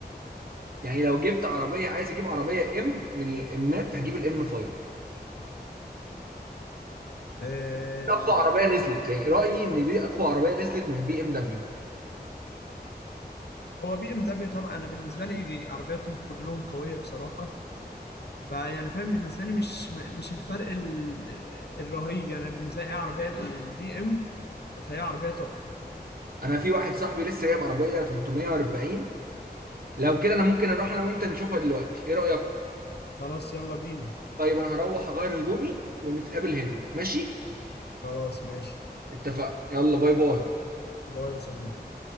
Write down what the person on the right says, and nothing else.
يعني لو جبت عربيه عايز اجيب عربيه ام من الامات هجيب الام 5
اقوى عربيه نزلت يعني رايي ان دي اقوى عربيه نزلت من بي ام دبليو
انا في واحد صاحبي لسه جايب عربيه 340 لو كده انا ممكن اروح انا وانت نشوفها دلوقتي ايه رايك
طيب انا هروح اغير هدومي ونتقابل هنا ماشي
اتفقنا يلا باي باي